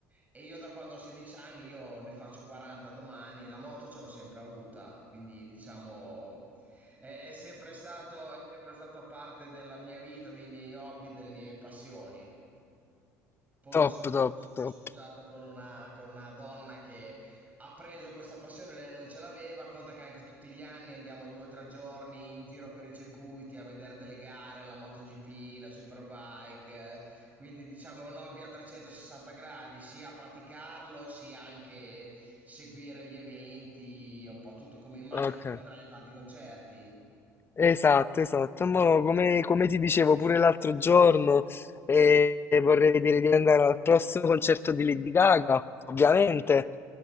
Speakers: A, on the right; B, on the left.
A: E io da quando ho 16 anni, io ne faccio 40 domani, la moto ce l'ho sempre avuta, quindi diciamo è, è sempre stato, è sempre stato parte della mia vita, dei miei hobby, delle mie passioni. Poi
B: Top,
A: sono
B: top,
A: sono
B: top.
A: sposato con una con una donna che ha preso questa passione, lei non ce l'aveva, conta che anche tutti gli anni andiamo 2 o 3 giorni in giro per i circuiti a vedere delle gare, la MotoGP, la Superbike, eh, quindi diciamo è un hobby a 360 gradi, sia praticarlo, sia anche seguire gli eventi, un po' tutto, come immagino
B: Ok,
A: tu andrai a tanti concerti.
B: esatto, esatto. Mo, come, come ti dicevo pure l'altro giorno, eh, vorrei vedere di andare al prossimo concerto di Lady Gaga, ovviamente,